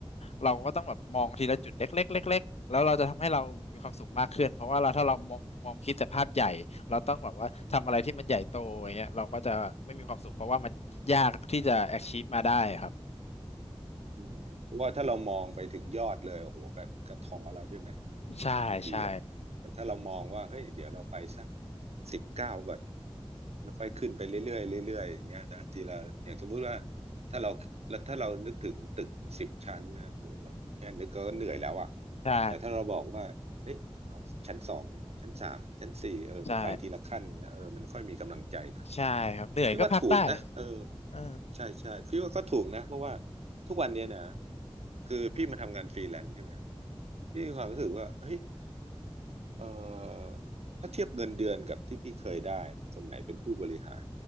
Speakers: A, on the left; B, on the right.
A: เราก็ต้องแบบมองทีละจุดเล็กๆเล็กๆแล้วเราจะทำให้เรามีความสุขมากขึ้นเพราะว่าเราถ้าเรามองมองคิดแต่ภาพใหญ่เราต้องแบบว่าทำอะไรที่มันใหญ่โตอย่างเงี้ยเราก็จะไม่มีความสุขเพราะว่ามันยากที่จะ achieve มาได้ครับ
B: อืมเพราะว่าถ้าเรามองไปถึงยอดเลยโอ้โหก็ก็ท้อแล้วใช่ไหม
A: ใช่ใช่
B: บางทีอ่ะแต่ถ้าเรามองว่าเฮ้ยเดี๋ยวเราไปสักสิบเก้าก่อนแล้วค่อยขึ้นไปเรื่อยๆเรื่อยๆอย่างเงี้ยนะทีละอย่างสมมุติว่าถ้าเราแล้วถ้าเรานึกถึงตึกสิบชั้นนะโหเราแค่นึกก็เหนื่อยแล้วอ่ะ
A: ใช่
B: แต่ถ้าเราบอกว่าเฮ้ยเอาชั้นสองชั้นสามชั้นสี่เออมันไปทีละขั้นเนี่ยเออมันค่อยมีกำลังใจหน่อย
A: ใช่ใช่ครับเหนื่อยก็พักได้
B: พี่ว่าถูกนะเออ
A: เออ
B: ใช่ใช่พี่ว่าก็ถูกนะเพราะว่าทุกวันเนี้ยนะคือพี่มาทำงานฟรีแลนซ์ใช่ไหมพี่มีความรู้สึกว่าเฮ้ย เอ่อถ้าเทียบเงินเดือนกับที่พี่เคยได้นะสมัยเป็นผู้บริหาร